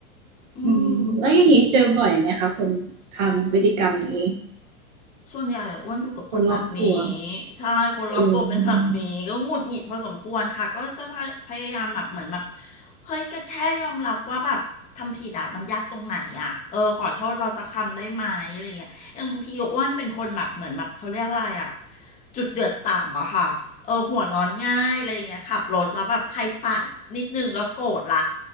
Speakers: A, on the left (about 20°); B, on the right (about 35°).
A: อืม
B: อืมแล้วอย่างนี้เจอบ่อยไหมคะคนทำพฤติกรรมนี้
A: ส่วนใหญ่อะอ้วนอยู่กับคนแบบนี้
B: คนรอบตัว
A: ใช่คนรอบตัวเป็นแบบนี้ก็หงุดหงิดพอสมควรค่ะก็จะพยพยายามแบบเหมือนแบบ
B: อืม
A: เฮ้ยแกแค่ยอมรับว่าแบบทำผิดอะมันยากตรงไหนอะเออขอโทษเราสักคำได้ไหมอะไรอย่างเงี้ยอย่างบางทีอ้วนเป็นคนแบบเหมือนแบบเขาเรียกอะไรอะจุดเดือดต่ำอะค่ะเออหัวร้อนง่ายอะไรอย่างเงี้ยขับรถแล้วแบบใครปาดนิดนึงก็โกรธละ